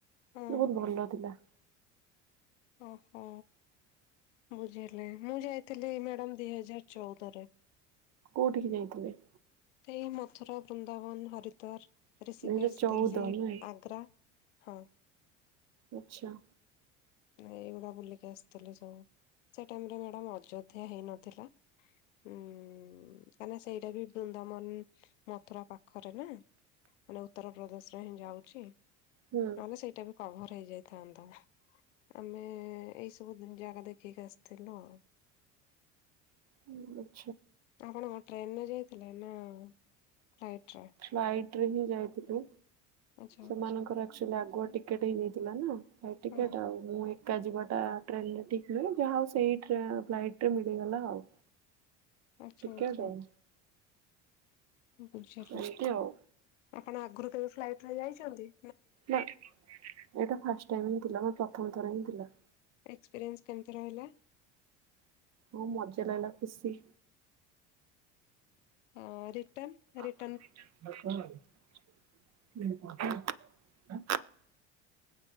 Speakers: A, on the left; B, on the right.
A: ହଁ।
B: ବହୁତ ଭଲ ଥିଲା।
A: ଓହୋ। ବୁଝିଗଲି ମୁଁ ଯାଇଥିଲି ମ୍ୟାଡମ ଦି ହଜାର ଚଉଦରେ।
B: କୋଉଠିକି ଯାଇଥିଲେ?
A: ଏ ମଥୁରା। ବୃନ୍ଦାବନ ହରିଦ୍ୱାର ଋଷିକେଶ
B: ଦୁଇ ହଜାର ଚଉଦ
A: ଦିଲ୍ଲୀ
B: ନୁହେଁ
A: ଆଗ୍ରା। ହଁ।
B: ଆଚ୍ଛା।
A: ଏଇଗୁଡା ବୁଲିକି ଆସିଥିଲେି ସବୁ ସେ ଟାଇରେ ମ୍ୟାଡ ଅଯୋଧ୍ୟା ହେଇନଥିଲା ଉ କାହିଁକନା ସେଇଟା ବି ବୃନ୍ଦାବନ ମଥୁରା ପାଖରେ ନା ମାନେ ଉତ୍ତରପଦେଶ ରେ ହିଁ ଯାଉଛି। ନହେଲେ
B: ହୁଁ
A: ସେଇଟା ବି କଭର ହେଇଯାଇଥାନ୍ତା। ଆମେ ଏଇ ସବୁ ଜାଗା ଦେଖିକି ଆସିଥିଲୁ ଆଉ।
B: ହୁଁ।
A: ଆପଣଙ୍କ ଟ୍ରେନରେ ଯାଇଥିଲେ ନା? ଫ୍ଲାଇଟରେ?
B: ଫ୍ଲାଇଟ ହିଁ ଯାଉଥିଲୁ।
A: ଆଚ୍ଛା
B: ସେମାନଙ୍କର ଆଚୁଆଲି ଆଗୁଆ ଟିକେଟ୍ ହେଇଯାଇଥିଲା ନା। ଏ ଟିକେଟ
A: ହଁ
B: ଆଉ ମୁଁ କା ଯିବା ଟା ଟ୍ରେନରେ ଠିକ ନୁହେଁ ଯାହା ହଉ ସେଇ ଫ୍ଲାଇଟ ରେ ମିଳିଗଲା ଆଉ
A: ଆଛା
B: ଟିକେଟ
A: ଆଛା।
B: ଆଉ
A: ବୁଝା ଲି
B: ଏମିତି ଆଉ
A: ଆପଣ ଆଗରୁ କେବେ ଫ୍ଲାଇଟ ଯାଇ ଛନ୍ତି
B: ଏଇଟା ଫାଷ୍ଟ ଟାଇମଏଟା ଥିଲା ମ ପ୍ରଥମ ଥର ହିଁ ଥିଲା।
A: ଏକ୍ସପିରିଏନ୍ସ କେମିତି ରହିଲା?
B: ହଁ ମଜା ଲାଗିଲା ଖୁସି।
A: ଅ ରିଟନ।
B: <unintelligible>